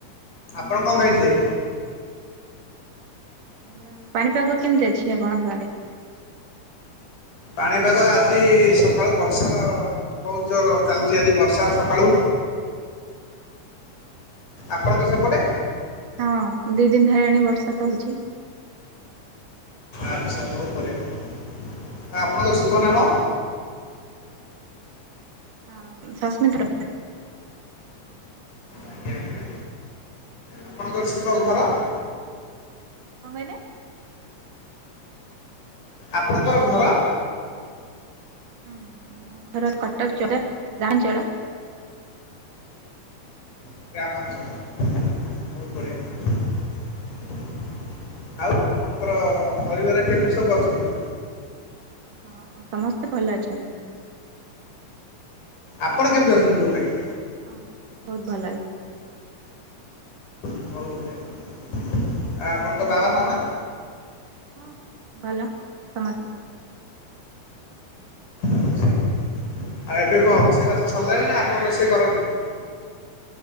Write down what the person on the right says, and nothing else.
ବ <unintelligible> ଆଚ୍ଛା ପାଣିପାଗ କେମିତି ଅଛି ଆପଣଙ୍କ ଆଡେ?
ହଁ ଦି ଦିନ ହେଲାଣି ବର୍ଷା ତ ହଉଛି।
ହଁ ସସ୍ମିିତା
କଣ କହିଲେ?
ହୁଁ ମୋ ଘର କଟକ ସଦର ଗାଁ ମାଞ୍ଚଳ।
ଆଜ୍ଞା।
ହଁ ସମସ୍ତେ ଭଲ ଅଛନ୍ତି।
ହଁ ବହୁତ ଭଲ ଅଛି।
ହଁ ଭଲ ସମସ୍ତେ ଭଲ।
ଆଚ୍ଛା,